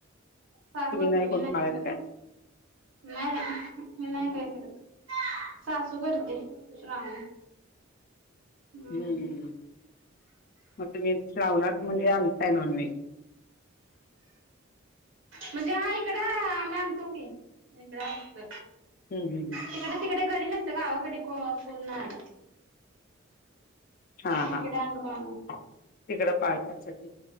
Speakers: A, on the right; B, on the left.
A: सासू
B: तुम्ही
A: करते मी
B: कोण
A: नाही
B: पाळत
A: काय करत, नाही ना मी नाय काय करत. सासू करती, श्रावण. हम्म
B: हंम हंम मग तुमी श्रावणात म्हणजे, आणताय नॉन व्हेज.
A: म्हणजे हा इकड आम्ही आणतो की, इकडं असत
B: हंम हंम हंम.
A: तिकडे तिकडे घरी नसतं, गावाकडे कोण नाही आणत.
B: हा
A: इकडे
B: हा हा
A: आणतो आम्ही
B: तिकडं पाळतात सगळे.